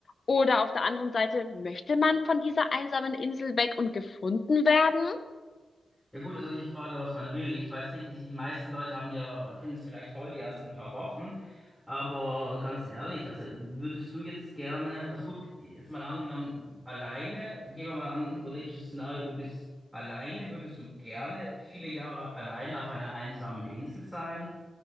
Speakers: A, on the left; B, in the centre.
A: Oder auf der anderen Seite, möchte man von dieser einsamen Insel weg und gefunden werden?
B: Ja gut, das ist natürlich die Frage, was man will. Ich weiß nicht, ich, die meisten Leute haben ja, finden es vielleicht toll, die ersten paar Wochen. Aber ganz ehrlich, also würdest du jetzt gerne, also gut, jetzt mal angenommen, alleine, gehen wir mal an, hypothetisches Szenario, du bist alleine, würdest du gerne viele Jahre alleine auf einer einsamen Insel sein